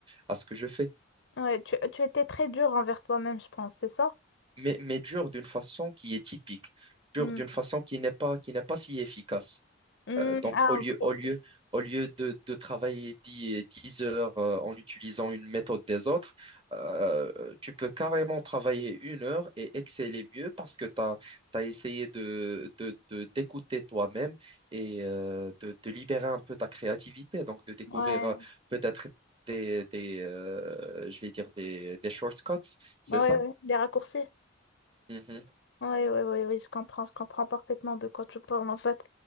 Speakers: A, on the right; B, on the left.
A: à ce que je fais.
B: Ouais, tu, tu étais très dur envers toi-même, je pense, c'est ça?
A: Mais, mais dur d'une façon qui est typique, dur
B: Hmm.
A: d'une façon qui n'est pas, qui n'est pas si efficace.
B: Hmm,
A: Euh, donc,
B: Ah,
A: au lieu,
B: ok.
A: au lieu, au lieu de, de travailler dix dix heures euh, en utilisant une méthode des autres, euh, tu peux carrément travailler une heure et exceller mieux parce que tu as, essayé de, de- de- d'écouter toi-même et euh, de, de libérer un peu ta créativité, donc de découvrir
B: Ouais,
A: euh, peut-être des, des euh, je vais dire des, des shortcuts, c'est
B: ouais,
A: ça?
B: ouais. Les raccourcis.
A: Mhm.
B: Ouais, ouais, ouais, oui, je comprends, je comprends parfaitement de quoi tu parles, en fait.